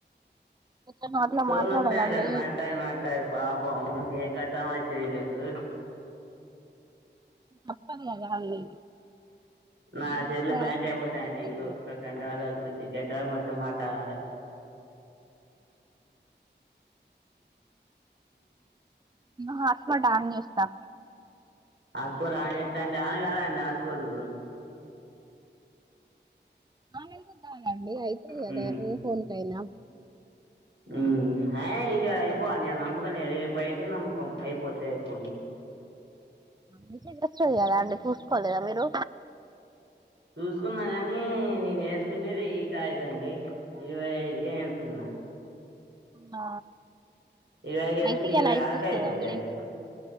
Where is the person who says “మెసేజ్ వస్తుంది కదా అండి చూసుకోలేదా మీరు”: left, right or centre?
Right